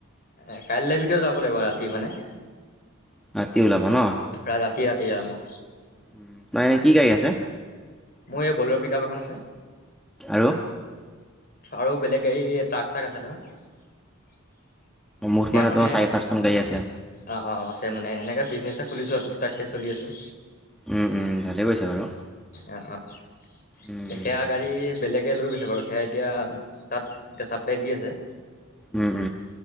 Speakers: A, on the left (about 45°); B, in the centre.
A: এ কাইলৈ ভিতৰত যাব লাগিব ৰাতি মানে।
B: ৰাতি ওলাবা ন,
A: প্ৰায় ৰাতি ৰাতি যাম মই
B: তোমাৰ এনে কি গাড়ী আছে?
A: মোৰ এই বলেৰ' পিকআপ এখন আছে।
B: আৰু?
A: আৰু বেলেগ গাড়ী ট্ৰাক চাক আছে নহয়? সেয়া
B: মুঠ
A: মানে,
B: তোমাৰ চাৰি পাঁচখন গাড়ী আছে।
A: অ', অ', আছে মানে এনেকাে বিজনেছ চলিছো আৰু টোকটাক কে চলি আছোঁ।
B: উম উম, ভালে কৰিছাঁ বাৰু।
A: অ', অ',
B: উম,
A: তেতিয়া গাড়ী বেলেগে লৈ গৈ বাৰু সেয়া এতিয়া, তাত <unintelligible> দি আছে।
B: উম উম